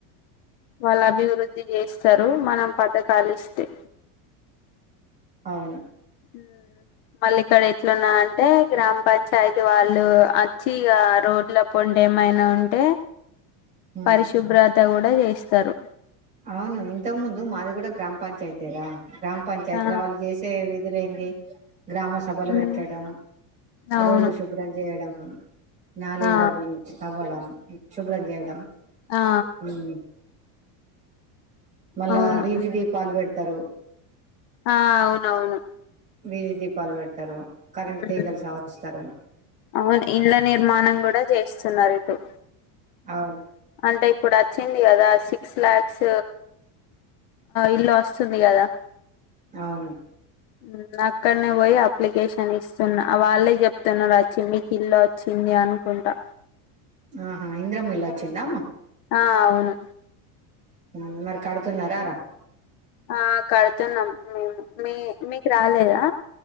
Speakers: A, on the left; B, on the right.
A: వాళ్ళ అభివృద్ధ్ ది జేస్తరు మనం పథకాలిస్తే
B: అవును
A: హ్మ్ పళ్ళీకాడ ఎట్లున్నాదంటే గ్రామ్ పంచాయతీ వాళ్ళు అచ్చి ఈగ రోడ్ల పోండే ఏమైనా ఉంటే
B: హ్మ్
A: పరిశుభ్రత కూడా చేస్తారు
B: అవును ఇంతకు ముందు మాది గూడ గ్రామ్ పంచయతేర గ్రాం పంచాయతీల
A: ఆ
B: వాళ్ చేసే విధులే దె గ్రామ సభలు
A: ఉమ్
B: పెట్టడం
A: అవును
B: రోళ్లు శుభ్రం చేయడం హమ్ నాలేళ్దవి
A: ఆ
B: తవ్వడం శుభ్రం చేయడం
A: ఆ
B: హ్మ్ మళ్ళా
A: అవును
B: విధి దీపాలు పేడితే తరు
A: ఆ అవునవును
B: విధి దీపాలు పెడతారు కరెంట్
A: హ్మ్
B: తీగలు సవరిస్తారు
A: అవును ఇళ్ల నిర్మాణం కూడ చేస్తున్నారు ఇటు
B: అవును
A: అంటే ఇప్పుడు అచ్చింది కదా సిక్స్ లాక్స్ ఇల్లు ఒస్తుంది గదా
B: అవును
A: ఊమ్ అక్కడనే వొయి అప్లికేషన్ ఇస్తున్నా వాళ్ళే జెప్తున్నారు వచ్చి మీకు ఇల్ల్లో ఒచ్చింది అనుకుంటా
B: ఆహా ఇంద్రమలచ్చింద అమ్మా
A: ఆ అవును
B: ఉ మరి కడుతున్నారా రా
A: ఆ కడుతున్నాం మేము మీ మీకు రాలేదా